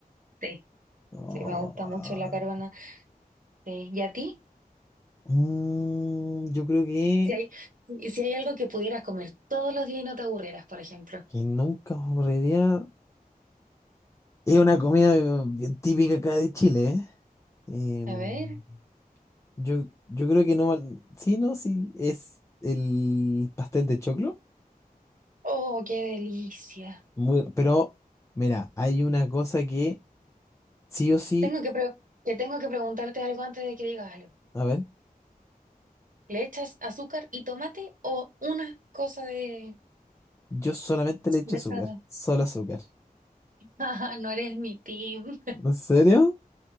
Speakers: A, on the right (about 60°); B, on the left (about 20°).
A: sí.
B: Oh,
A: Sí, me gusta mucho
B: ah,
A: la carbonada. Sí. ¿Y a ti?
B: mm, yo creo que,
A: Si hay, si hay algo que pudieras comer todos los días y no te aburrieras, por ejemplo.
B: que nunca podría... Es una comida eh, bien típica acá de Chile, ¿eh? Em,
A: A ver.
B: Yo, yo creo que no. man- Sí, no, sí. Es el pastel de choclo.
A: Oh, qué delicia.
B: Muy, pero, mira, hay una cosa que sí o sí.
A: Tengo que pre- te tengo que preguntarte algo antes de que digas algo.
B: A ver,
A: ¿Le echas azúcar y tomate o una cosa de,
B: yo solamente le echo
A: de
B: azúcar.
A: esa? <laughs>
B: Solo azúcar.
A: Ah, no eres mi team.
B: ¿En serio?